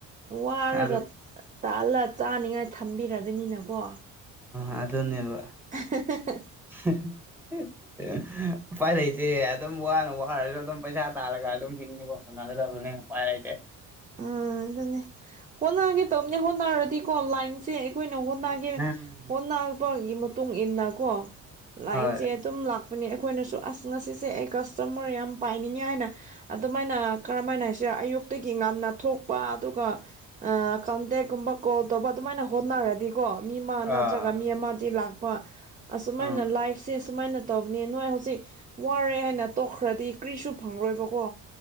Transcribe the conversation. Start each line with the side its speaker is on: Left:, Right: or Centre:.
Right: ꯋꯥꯔꯒ
Centre: ꯑꯗꯨ
Right: ꯇꯥꯜꯂ ꯆꯥꯅꯤꯡꯉꯥꯏ ꯊꯝꯕꯤꯔꯕꯅꯤꯅꯀꯣ
Centre: ꯑ ꯑꯗꯨꯟꯅꯦꯕ꯫
Right: <unintelligible>
Centre: <unintelligible> <unintelligible> ꯎꯄꯥꯏ ꯂꯩꯇꯦ ꯑꯗꯨꯝ ꯋꯥꯅ ꯋꯥꯔꯁꯨ ꯑꯗꯨꯝ ꯄꯩꯁꯥ ꯇꯥꯜꯒ ꯑꯗꯨꯝ ꯍꯤꯡꯅꯕꯣ ꯍꯣꯠꯅꯒꯗꯕꯅꯦ ꯎꯄꯥꯏ ꯂꯩꯇꯦ
Right: ꯑꯥ ꯑꯗꯨꯅꯦ ꯍꯣꯠꯅꯒꯦ ꯇꯧꯕꯅꯦ ꯍꯣꯠꯅꯔꯗꯤꯀꯣ ꯂꯥꯏꯟꯁꯦ ꯑꯩꯈꯣꯏꯅ ꯍꯣꯠꯅ <unintelligible>
Centre: ꯎꯝ
Right: ꯍꯣꯠꯅꯕꯒꯤ ꯃꯇꯨꯡ ꯏꯟꯅ ꯀꯣ ꯂꯥꯏꯟꯁꯦ
Centre: ꯍꯣꯏ
Right: ꯑꯗꯨꯝ ꯂꯥꯛꯄꯅꯤ ꯑꯩꯈꯣꯏꯅꯁꯨ ꯑꯁ ꯉꯁꯤꯁꯦ ꯑꯩ ꯀꯁꯇꯃꯔ ꯌꯥꯝ ꯄꯥꯏꯅꯤꯡꯉꯦ ꯍꯥꯏꯅ ꯑꯗꯨꯃꯥꯏꯅ ꯀꯔꯝ ꯍꯥꯏꯅ ꯍꯥꯏꯁꯤꯔ ꯑꯌꯨꯛ ꯑꯗꯨꯒꯤ ꯉꯟꯅ ꯊꯣꯛꯄ ꯑꯗꯨꯒ ꯀꯟꯇꯦꯛꯀꯨꯝꯕ ꯀꯣꯜ ꯇꯧꯕ ꯑꯗꯨꯃꯥꯏꯅ ꯍꯣꯠꯅꯔꯗꯤ ꯀꯣ ꯃꯤ ꯑꯃ ꯅꯠꯇ꯭ꯔꯒ
Centre: ꯑꯥ
Right: ꯃꯤ ꯑꯃꯗꯤ ꯂꯥꯛꯄ ꯑꯁꯨꯃꯥꯏꯅ
Centre: ꯎꯝ
Right: ꯂꯥꯏꯐ ꯁꯦ ꯁꯨꯃꯥꯏꯅ ꯇꯧꯕꯅꯦ ꯅꯣꯏ ꯍꯧꯖꯤꯛ ꯋꯥꯔꯦ ꯍꯥꯏꯅ ꯇꯣꯛꯈ꯭ꯔꯗꯤ ꯀꯔꯤꯁꯨ ꯐꯪꯔꯣꯏꯕꯀꯣ